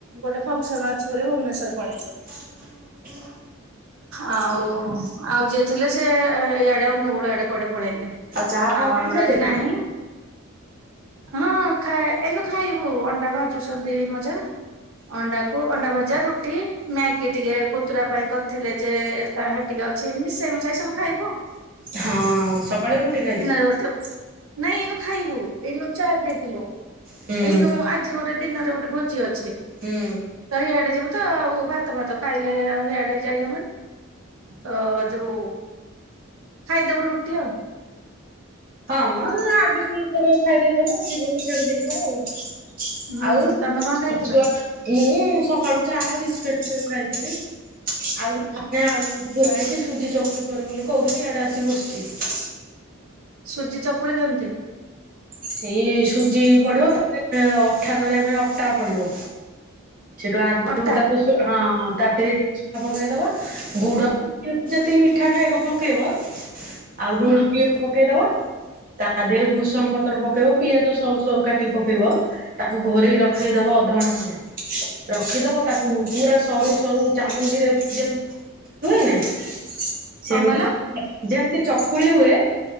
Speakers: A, on the right; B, on the right.
A: ଗୋଟେ ଫଙ୍କସନ ଅଛି ବୋଲି ଭୁବନେଶ୍ୱର ପଳେଇଚନ୍ତି।
B: <inaudible>
A: ଆଉ ଆଉ ଯିଏ ଥିଲେ ସେ ଏଇଆଡେ ଅନୁଗୁଳୁ ଆଡେ କୁଆଡେ ପଳେଇଲେ।
B: ଚାହା ଫାହା
A: ଆଉ
B: ଖାଇସାରିଲଣି
A: ଆମର ଆଜିନାହିଁ। ହଁ ଖାଏ ଏଇନୁ ଖାଇବୁ ଅଣ୍ଡା ଭାଜୁଛନ୍ତି ମୋ ଜାଆ। ଅଣ୍ଡାକୁ ଅଣ୍ଡା ଭଜା ରୁଟି ମ୍ୟାଗି ଟିକେ ପତୁରା ପାଇଁ କରଥିଲେ ଯେ ତା ଟିକେ ଅଛି ମିଶେଇ ମୁଶାଇ ସବୁ ଖାଇବୁ।
B: ହଁ ସକାଳୁ ରୁଟି ଖାଇଦିଏ।
A: <unintelligible> ନାଇଁ ଏଇନୁ ଖାଇବୁ ଏଇନୁ ଚା ପିଇଥିଲୁ
B: ହୁଁ
A: ଏଇନୁ ଆଜି ଗୋଟେ ଦିନରେ ଗୋଟେ ଭୋଜି ଅ ଛି
B: ହୁଁ।
A: ଏଇଆଡେ ଯିବୁ। ତ ଆଉ ଭାତ ଭାତ ଖାଇଲେ ଆଉ ଆଡେ ଯାଇ ହବନି ତ ଯୋଉ ଖାଇଦବୁ ରୁଟି ଆଉ।
B: ହଁ ମ ଆଜେଷ୍ଟମେଣ୍ଟ କରି ଖାଇ ଦେଇଥିବ ଯିବତ ସିଆଡେ ଦିପହରେ ଆଉ।
A: ହୁଁ
B: ଆଉ
A: ତମେ କଣ
B: ତମ
A: ଖାଇଥିଲ?
B: ଛୁଆମାନେ ଏହି ସକାଳୁ ଚାହା ବିସ୍କୁିଟ ସବୁ ଖାଇଥିଲି ଆଉ ଧନିଆ ଆଳୁ ଥୁଆ ହେଇଛି ସୁଜି ଚକୁଳି କରିବ ବୋଲି କହୁଥିଲି ଇଆଡେ ଆସିିକି ବସିଛି।
A: ସୁଜି ଚକୁଳି କେମତି
B: ସେଇ ସୁଜି ପଡିବ ତାପରେ ଅଠା ଧରିବା ପାଇଁ ଅଟା ପଡିବ। ସେଠୁ ଆଗରୁ
A: ଅଟା
B: ତାକୁ ହଁ ତା ଦେ ଛେନାପକେଇଦବ ଗୁଡ ଯେତିକି ମିଠା ଖାଇବ ପକେଇବ। ଆଉ ଲୁଣି
A: ହୁଁ
B: ଟିକେ ପକେଇଦବ ତା ଦେହରେ ଭୂଷଙ୍ଗ ପ ପତ୍ର ପକେଇବ ପିଆଜ ସରୁ ସରୁ କାଟି କି ପକେଇବ। ତାକୁ ଘୋରେଇ ରଖେଇଦବ ଅଧଘଣ୍ଟା ଖଣ୍ଡେ ରଖିଦବ ତାକୁ
A: ହୁଁ
B: ପୁରା ସରୁ ସରୁ ଚାମୁଚିରେ ଯେମି ହୁଏ ନାଇ
A: କଣ
B: ସେମତି
A: କହିଲ
B: ଯେମିତି ଚକୁଳି ହୁଏ।